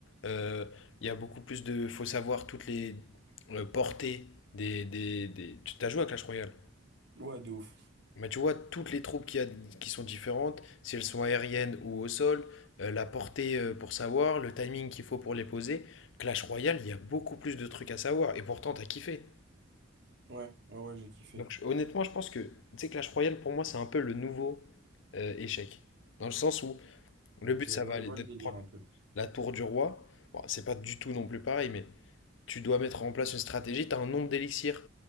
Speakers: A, on the left; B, on the right.
A: euh, il y a beaucoup plus de... faut savoir toutes les euh, portées des... des, des... Tu as joué à Clash Royale?
B: Ouais, de ouf.
A: Mais tu vois, toutes les troupes qu'il y a, qui sont différentes, si elles sont aériennes ou au sol, euh, la portée euh, pour savoir, le timing qu'il faut pour les poser, Clash Royale, il y a beaucoup plus de trucs à savoir, et pourtant t'as kiffé.
B: Ouais, ouais, ouais, j'ai kiffé.
A: Donc je- honnêtement, je pense que, tu sais, Clash Royale, pour moi, c'est un peu le nouveau euh, échec. Dans le sens où
B: Ok,
A: le but,
B: je
A: ça
B: vois
A: va aller
B: je vois
A: d'être
B: le délire
A: prendre
B: un peu.
A: la tour du roi. Bon, c'est pas du tout non plus pareil, mais tu dois mettre en place une stratégie, tu as un nombre d'élixirs.